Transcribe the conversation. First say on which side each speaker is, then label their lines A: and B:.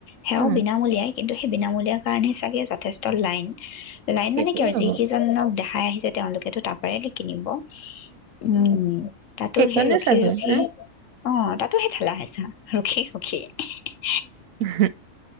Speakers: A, on the left (about 70°); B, on the right (about 80°).
A: সেয়াও
B: অ
A: বিনামূলীয়াই। কিন্তু সেই বিনামূলীয়াৰ কাৰণেই চাগে যথেষ্ট লাইন। লাইন
B: সেইটোৱে
A: মানে কি আৰু
B: হ'ব
A: যি কেইজন দেখাই আহিছে তেওঁলোকেতো তাৰ পৰাই দি কিনিব। উম তাতো
B: সেইকাৰণে
A: সেই ৰখি
B: চাগৈ
A: ৰখি
B: ন
A: অ তাতো সেই <unintelligible>
B: ওহো।